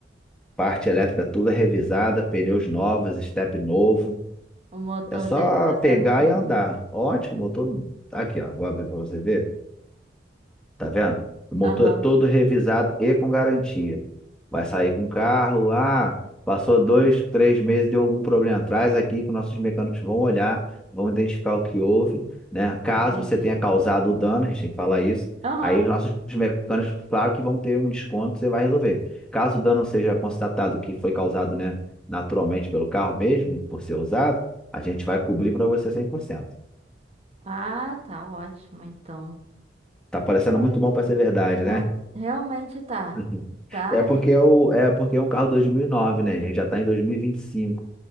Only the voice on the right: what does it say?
O motor
dele tá
certinho.
Aham,
entendi.
Aham.
Ah, tá ótimo, então.
É,
ele
tá,
realmente tá.
Tá